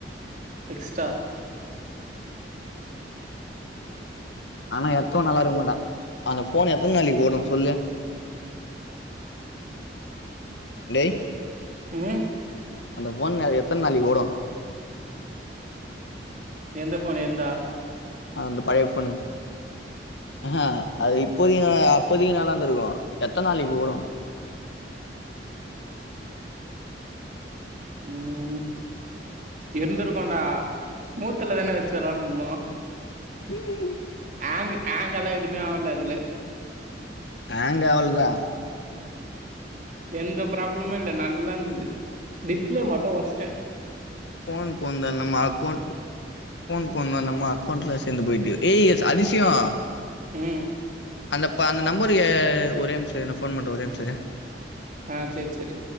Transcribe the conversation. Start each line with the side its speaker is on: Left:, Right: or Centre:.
Right: எக்ஸ்ட்டா
Left: ஆனா எத்தவொ நல்லாருக்க மாட்டா அந்த ஃபோன் எத்தன நாளக்கி ஓடு சொல்லு டேய்
Right: ம்
Left: அந்த ஃபோன் அது எத்தன நாளக்கி ஓடு
Right: எந்த ஃபோனு என்தா
Left: அது அந்த பழைய ஃபோனு ஆஹ அது இப்போதி அப்போதிக்கி நல்லாருந்துருக்கு எத்தன நாளக்கி ஓடு
Right: ம் இருந்திருக்குண்டா ஸ்மூத்துல தான வச்சு விளாண்டுருந்தோ
Left: ம் ம் ம்
Right: ஆங்கு ஆங்கல்லா எதுமே ஆகல அதுல
Left: ஹேங்க் ஆவலதா
Right: எந்த ப்ராப்ளமு இல்ல நல்லா இருந்தது டிஸ்பிளே மட்டு ஒடஸ்டே
Left: ஃபோன் போன்துல்ல நம்ம அக்கோண்ட் ஃபோன் போன்ணே நம்ம அக்கோண்ட்ல சேந்து போயிட்டு ஏய் எஸ் அதிசியோ
Right: ம்
Left: அந்த ப அந்த நம்பரு அ அ ஒரே ஒரு நிம்ஷ இரு நா ஃபோன் பண்றே ஒரே ஒரு நிம்ஷ இரு
Right: ஆ செர் செரி